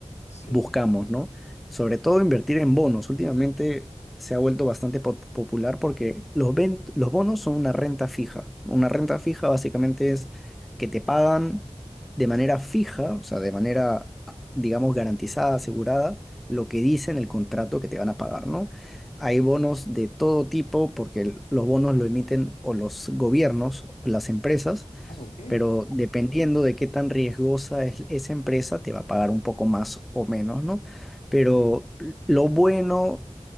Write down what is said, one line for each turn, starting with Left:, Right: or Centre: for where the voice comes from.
Left: Sí.
Centre: buscamos, ¿no? Sobre todo invertir en bonos. Últimamente se ha vuelto bastante po- popular porque los, ven- los bonos son una renta fija. Una renta fija básicamente es que te pagan de manera fija, o sea, de manera, ah, digamos, garantizada, asegurada, lo que dice en el contrato que te van a pagar, ¿no? Hay bonos de todo tipo porque el- los bonos lo emiten o los gobiernos o las empresas
Left: Ah, ok.
Centre: pero dependiendo de qué tan riesgosa es esa empresa, te va a pagar un poco más o menos, ¿no? Pero lo bueno